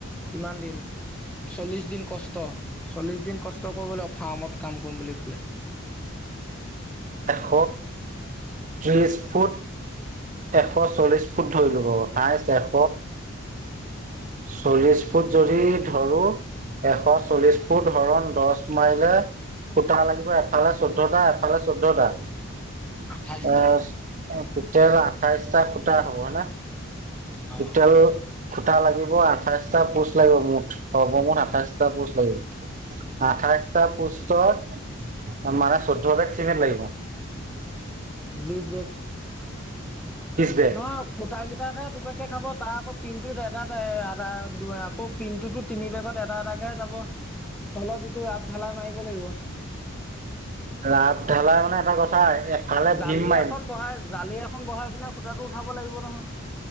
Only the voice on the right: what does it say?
এশ ত্ৰিশ ফুট এশ চল্লিছ ফুট ধৰিলো বাৰু হাইচ এশ চল্লিছ ফুট যৰি ধৰো এশ চল্লিছ ফুট হৰণ দছ মাৰিলে খুতা লাগিব এফালে চ চৈধ্যটা এফালে চৈধ্যটা,
এ টোটেল আঠাইছটা খুটা হ'ব হয় নে?
টোটেল খুটা লাগিব আঠাইছটা পোষ্ট লাগিব মুঠ সৰ্বমুঠ আঠাইছটা পোষ্ট লাগিব। আঠাইছটা পোষ্টত মানে চৈধ্য বেগ চিমেণ্ট লাগিব।
ত্ৰিশ বেগ।
ৰাপ ঢালাই মানে এটা কথা এফালে
ভীম মাৰিম